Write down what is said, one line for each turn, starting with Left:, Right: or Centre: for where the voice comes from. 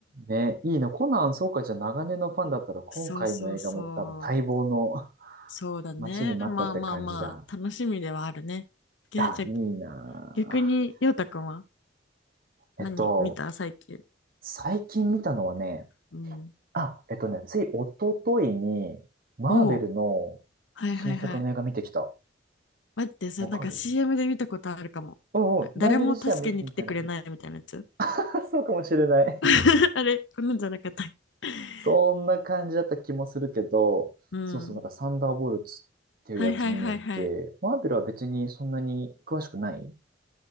Right: ね、いいの。コナン、そうか、じゃあ長年のファンだったら、今回の映画も多分待望の
Left: そうそうそう。
Right: <laughs>
Left: そうだね。
Right: 待ちに待ったって感じだ。
Left: まあまあまあ、楽しみではあるね。いや、
Right: あ、
Left: じゃあ
Right: いいな
Left: 逆に、
Right: ぁ
Left: ようたくんは何見た最近。
Right: えっと、最近見たのはね、
Left: うん。
Right: あ、えっとね、つい一昨日に、マーベルの
Left: おお、はいはいはい。
Right: 新作の映画見てきた。
Left: 待って、それなんか
Right: わかる
Left: CM で見たことあるかも。
Right: うんうん、
Left: な誰も助けに来てくれないみたいなやつ。
Right: マーベル自体は見てみてない <laughs> そうかもしれない
Left: <laughs> あれ、こんなんじゃなかったっけ。
Right: <laughs>
Left: <laughs>
Right: そんな感じだった気もするけど、
Left: うん。
Right: そうそう、なんかサンダーボルツっていうやつ見に行って、
Left: はいはいはいはい。
Right: マーベルは別にそんなに詳しくない